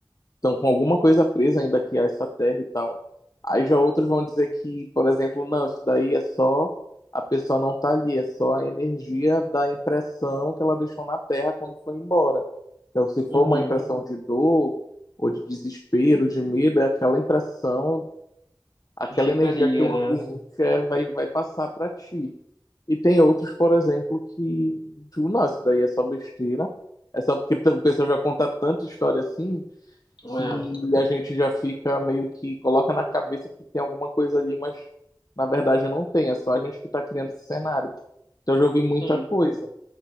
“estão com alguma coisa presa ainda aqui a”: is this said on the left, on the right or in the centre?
Left